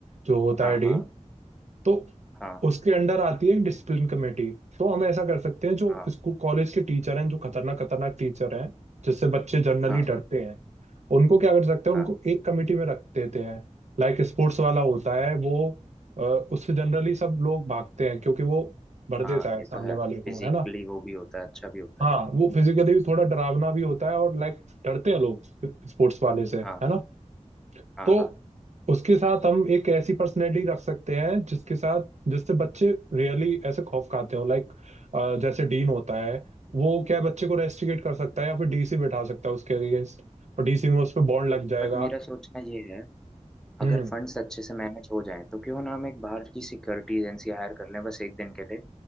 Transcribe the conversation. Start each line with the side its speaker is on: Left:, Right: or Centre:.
Right: जो होता
Centre: हाँ
Right: है डीन
Centre: हाँ
Right: तो
Centre: हाँ
Right: उसके अंडर आती है डिसिप्लिन कमेटी तो हम ऐसा कर सकते हैं जो
Centre: हाँ
Right: स्कूल कॉलेज के टीचर हैं जो खतरनाक खतरनाक टीचर हैं जिससे बच्चे जनरली
Centre: हाँ
Right: डरते हैं उनको क्या कर सकते हैं
Centre: हाँ
Right: उनको एक कमेटी में रख देते हैं लाइक स्पोर्ट्स वाला होता है वो अ, उससे जनरली सब लोग भागते हैं क्योंकि वो भर देता
Centre: हाँ
Right: है
Centre: ये
Right: सामने
Centre: तो है
Right: वाले को
Centre: फिजिकली
Right: है ना
Centre: वो भी होता है अच्छा भी होता
Right: हाँ
Centre: है
Right: वो फिजिकली भी थोड़ा डरावना भी होता है और लाइक डरते हैं लोग स्पोर्ट्स वाले से
Centre: हाँ
Right: है ना
Centre: हाँ
Right: तो
Centre: हाँ
Right: उसके साथ हम एक ऐसी पर्सनैलिटी रख सकते हैं जिसके साथ जिससे बच्चे रियली ऐसे खौफ खाते हो लाइक जैसे डीन होता है वो क्या है, बच्चे को रेस्ट्रिकेट कर सकता है या फिर डीसी बैठा सकता है उसके अगेंस्ट और डीसी में उस पर बॉन्ड लग जाएगा
Centre: बट मेरा सोचना ये है अगर
Right: हम्म
Centre: फंड्स अच्छे से मैनेज हो जाएं तो क्यों ना हम एक बाहर की सिक्योरिटी एजेंसी हायर कर लें बस एक दिन के लिए